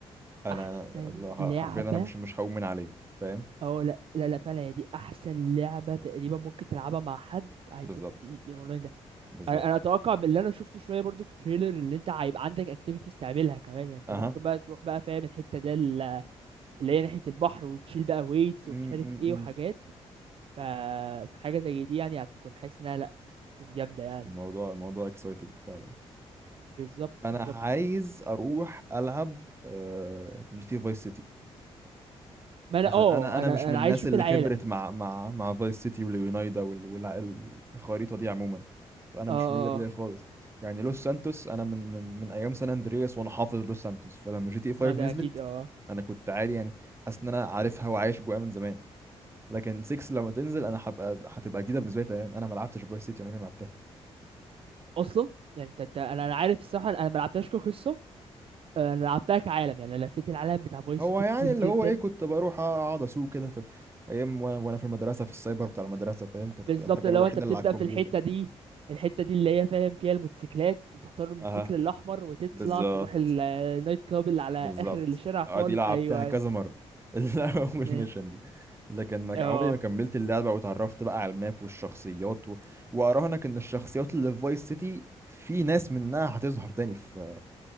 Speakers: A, on the right; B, on the right.
A: أنا
B: احسن
A: أنا الله-
B: لعبه
A: حرفيا أنا مش مش هؤمن عليه فاهم
B: اه لا لا لا فعلا هي دي احسن لعبه تقريبا ممكن تلعبها مع حد هيكون
A: بالظبط
B: ال- الاونلاين ده
A: بالظبط
B: انا أنا اتوقع باللي انا شفته شويه برضو في تريلر اللي انت هيبقى عندك اكتيفيتيز تعملها كمان يعني انت
A: اها
B: ممكن بقى تروح بقى فاهم الحته ده اللي هي ناحية البحر وتشيل بقى ويتس
A: م-
B: ومش عارف
A: م-
B: ايه وحاجات
A: م.
B: ف... فحاجة زي دي يعني هتكون حاسس انها لأ هتكون جامدة يعني
A: الموضوع الموضوع اكسايتنج فعلا
B: بالظبط
A: انا
B: بالظبط
A: عايز اروح العب آه، جي تي فايس سيتي
B: ما انا
A: عشان
B: اه
A: انا انا
B: انا
A: مش من
B: انا
A: الناس
B: عايز اشوف
A: اللي
B: العالم
A: كبرت مع مع مع فايس سيتي واليونايدا وال- والع- الخريطه دي عموما فانا
B: اه
A: مش
B: اه
A: فاميليار ليها
B: اه
A: خالص يعني لوس سانتوس انا من من من ايام سان اندرياس وانا حافظ لوس سانتوس فلما جي تي 5
B: ما ده
A: نزلت
B: اكيد اه آه.
A: انا كنت عادي يعني حاسس ان انا عارفها وعايش جواها من زمان لكن 6 لما تنزل انا هبقى هتبقى جديده بالنسبه لي تماماً. انا ما لعبتش فايس سيتي عمري ما لعبتها
B: اصلا يعني انت انت انا انا عارف الصراحة انا ما لعبتهاش كقصة آه، انا لعبتها كعالم يعني انا لفيت العالم بتاع فايس
A: هو
B: سيتي
A: يعني
B: كتير
A: اللي
B: جدا
A: هو ايه كنت بروح اقعد اسوق كده في ايام و- وانا في المدرسه في السايبر بتاع المدرسه فاهم كانت
B: بالظبط
A: بتبقى الحاجه
B: لو
A: الوحيده
B: انت بتبدأ
A: اللي على الكمبيوتر
B: في الحتة دي الحتة دي اللي هي فاهم فيها الموتوسيكلات وتختار الموتوسيكل
A: اها
B: الأحمر وتطلع
A: بالظبط
B: تروح ال- النايت كلاب اللي على
A: بالظبط
B: آخر الشارع
A: اه
B: خالص
A: دي لعبتها
B: أيوه
A: كذا مرة <laughs> اول
B: أيوه
A: ميشن دي لكن ما
B: اه
A: عمري ما كملت اللعبة واتعرفت بقى على الماب والشخصيات و... واراهنك ان الشخصيات اللي في فايس سيتي في ناس منها هتظهر تاني في